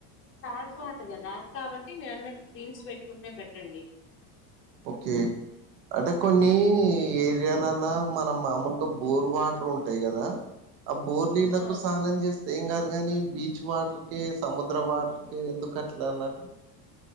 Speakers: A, on the left; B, on the right.
A: సాల్ట్ వాటర్ కదా కాబట్టి మీరు అన్నట్టు క్రీమ్స్ పెట్టుకుంటేనే బెటర్ అండి
B: పోకే అంటే కొన్ని ఏరియాలలా మనం మామూలుగా బోర్ వాటర్ ఉంటాయి గదా ఆ బోర్లీళ్లకు
A: ఆ
B: సానం జేస్తే ఏం గదు. గాని బీచ్ వాటర్కే, సముద్ర వాటర్కే ఎందుకు అట్లా అలలాన్